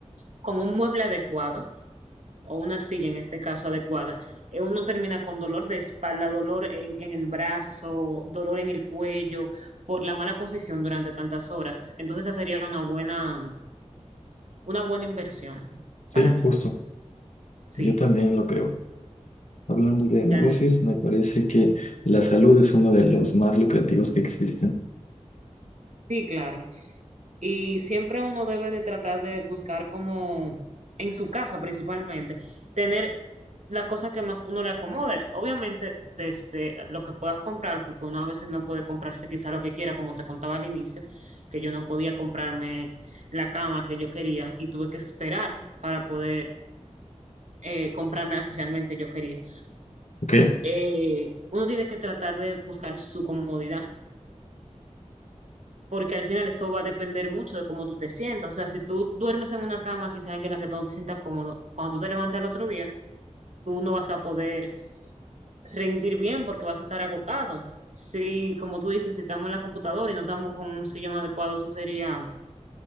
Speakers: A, on the right; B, on the left.
A: con un mueble adecuado o una silla en este caso adecuada, eh, uno termina con dolor de espalda, dolor en, en el brazo, dolor en el cuello por la mala posición durante tantas horas. Entonces esa sería una buena una buena inversión
B: sí,
A: para mí,
B: justo,
A: sí,
B: yo también lo creo. Hablando de negocios,
A: realmente.
B: me parece que la salud es uno de los más lucrativos que existen.
A: Sí, claro. Y siempre uno debe de tratar de buscar como en su casa principalmente, tener la cosa que más uno le acomode. Obviamente desde lo que puedas comprar, porque uno a veces no puede comprarse quizá lo que quiera, como te contaba al inicio, que yo no podía comprarme la cama que yo quería y tuve que esperar para poder eh, comprarme la que realmente yo quería.
B: ¿Ok?
A: Eh, uno tiene que tratar de buscar su comodidad porque al final eso va a depender mucho de cómo tú te sientas. O sea, si tú duermes en una cama quizás en la que tú no te sientas cómodo, cuando tú te levantes al otro día, tú no vas a poder rendir bien porque vas a estar agotado. Si, como tú dices, si estamos en la computadora y no estamos con un sillón adecuado, eso sería,